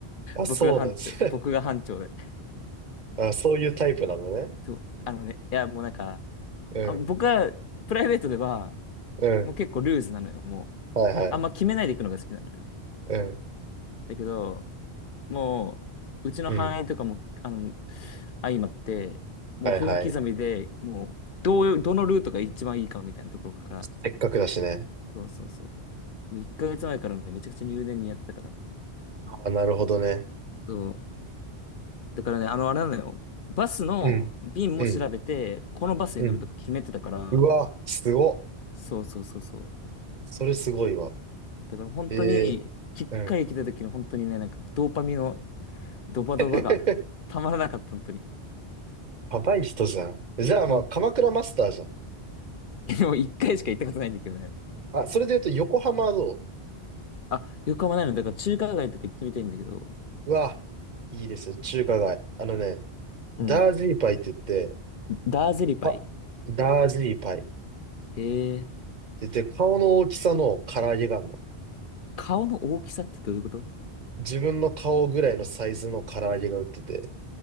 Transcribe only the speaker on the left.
僕が班長。
僕が班長で。
そう。あのね、いや、もうなんか、
あ、僕は、プライベートでは、
もう結構ルーズなのよ、もう。
あんま決めないで行くのが好きなのよ。
だけど、もう、うちの範囲とかも、
あの、相まって、もう分刻みで、
もう、どう、どのルートが一番いいかみたいなところから、
そうそうそう。もう1ヶ月前からね、めちゃくちゃ入念にやってたからな。
そう。だからね、あの、あれなのよ。バスの便も調べて、
このバスに乗るとか決めてたから、
そうそうそうそう。
だから本当に、
きっかり来た時の本当にね、
なんかねドーパミンのドバドバがたまらなかった、
本当に。
ほん、
<laughs> もう1回しか行ったことないんだけどね。
あ、横浜ないの。だから中華街とか行ってみたいんだけど。
うん。
ダーゼリパイ。
へえ。
顔の大きさってどういうこと